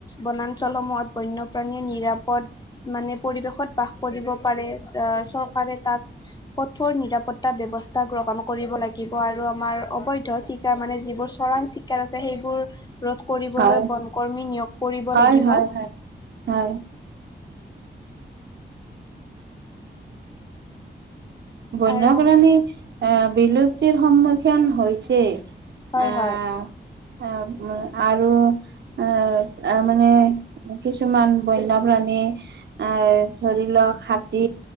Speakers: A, on the left; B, on the right.
A: বনাঞ্চলসমূহত বন্যপ্ৰাণীয়ে নিৰাপদ মানে পৰিৱেশত বাস কৰিব পাৰে আহ চৰকাৰে তাত কঠোৰ নিৰাপত্তা ব্যয়ৱস্থা গ্ৰহণ কৰিব লাগিব। আৰু আমাৰ অবৈধ চিকাৰ মানে যিবোৰ চৰাং চিকাৰ আছে সেইবোৰ ৰধ কৰিবলৈ
B: হয়
A: বনকৰ্মী নিয়োগ কৰিব লাগিব
B: হয় হয় হয় হয়। বন্যপ্ৰাণী
A: আৰু
B: আহ বিলুপ্তিৰ সন্মুখীন হৈছে।
A: হয়
B: আহ
A: হয়
B: আহ উ আৰু আহ আ মানে কিছুমান বন্যপ্ৰাণী এই ধৰি লওক হাতী